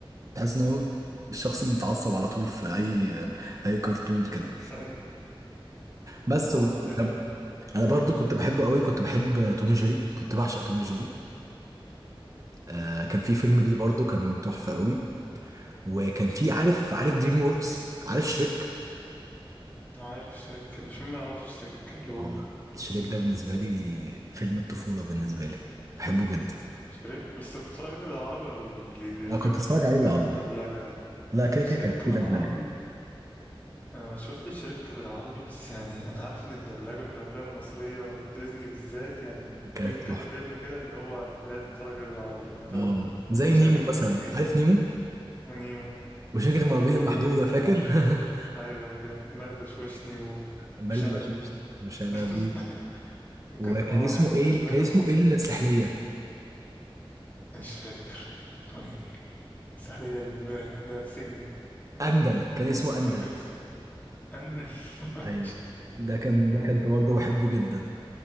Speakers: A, on the right; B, on the left.
A: تحس ان هو الشخص اللي متعصب على طول في اي اي كرتون كده
B: <laughs>
A: بس
B: برضه
A: و-
B: تقريبا
A: وكان انا برضو
B: قول
A: كنت بحبه قوي كنت بحب توم وجيري كنت بعشق توم وجيري آه كان في فيلم
B: لي
A: ليه برضو كان تحفه قوي وكان في عارف عارف دريم ووركس عارف شريك
B: ما عارف شريك مش مين ما يعرفش شريك الو
A: اه شريك ده بالنسبه لي فيلم الطفوله بالنسبه لي بحبه جدا
B: شريك بس كنت بتفرج عليه بالعربي ولا بالانجليزي دي الفكرة
A: أنا كنت أتفرج عليه بالعربي
B: كدبلجة يعني
A: لا كده
B: شريك
A: كده كانت فيه
B: بالعربي
A: دبلجة
B: انا ما شفتش شريك بالعربي بس يعني انا عارف ان الدبلجة في الافلام المصرية ديزني بالذات يعني في
A: كانت
B: كذا
A: تحفة
B: فيلم كده اللي هو لازم تتفرج عليه بالعربي اللي هو مثلا
A: آه، زي
B: شركة
A: نيمو مثلا
B: المرعبين
A: عارف نيمو
B: ونيمو
A: وشركة المرعبين
B: نيمو
A: المحدودة
B: جميل بالعربي
A: فاكر <laughs>
B: ايوه ده جامد مارد وشوشني و-
A: المريض
B: وشلبي
A: والشرير
B: و...
A: وشلبي
B: <laughs> كانت
A: وكان
B: صراحة
A: اسمه
B: يعني الدبلجة
A: ايه كان اسمه
B: المصري
A: ايه السحلية
B: مش فاكر اسمه ايه السحلية الب- بتاعت السجن دي
A: أندل كان اسمه
B: مش
A: أندل
B: فاكر اس- عند <laughs>
A: أيوه ده كان ده كنت برضه بحبه جدا